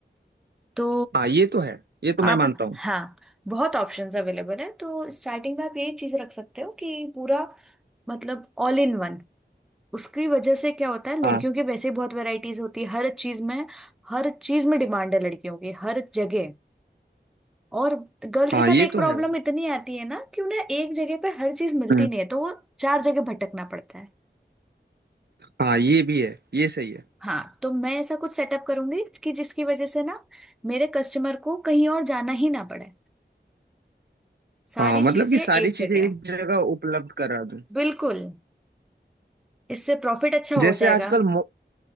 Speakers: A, in the centre; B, on the right.
A: तो
B: हाँ ये तो है ये तो मैं
A: आप
B: मानता हूँ
A: हाँ बहुत ऑप्शंस अवेलेबल हैं तो स्टार्टिंग में आप यही चीज रख सकते हो कि पूरा मतलब ऑल इन वन उसकी वजह से क्या होता है लड़कियों
B: हाँ
A: की वैसे ही बहुत वैरायटीज होती है हर चीज में हर चीज में डिमांड है लड़कियों की हर जगह और गर्ल्स के
B: हाँ
A: साथ
B: ये
A: एक
B: तो
A: प्रॉब्लम
B: है भाई
A: इतनी आती है ना कि उन्हें एक जगह पे हर चीज मिलती
B: हम्म,
A: नहीं है तो वो चार जगह भटकना पड़ता है
B: हाँ ये भी है ये सही है
A: हाँ तो मैं ऐसा कुछ सेटअप करूंगी कि जिसकी वजह से ना मेरे कस्टमर को कहीं और जाना ही ना पड़े सारी
B: हाँ मतलब
A: चीजें
B: कि
A: एक
B: सारी चीजें
A: जगह
B: एक
A: है
B: जगह उपलब्ध करा दूं
A: बिल्कुल इससे प्रॉफिट अच्छा हो
B: जैसे
A: जाएगा
B: आजकल